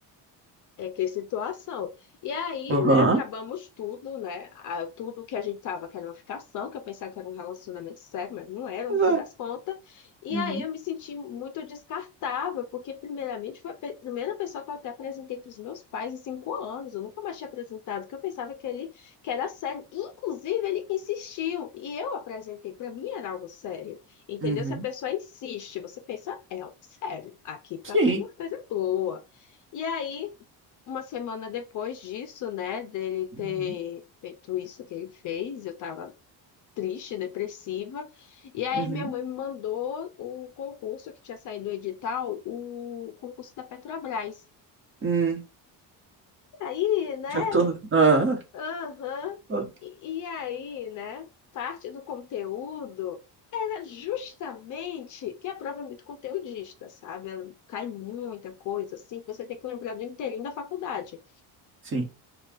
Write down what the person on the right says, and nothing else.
Aham.
Pois
é.
Uhum.
Uhum.
Sim.
Uhum.
Uhum.
Hum,
já tô. Ah, ah.
ah.
Sim.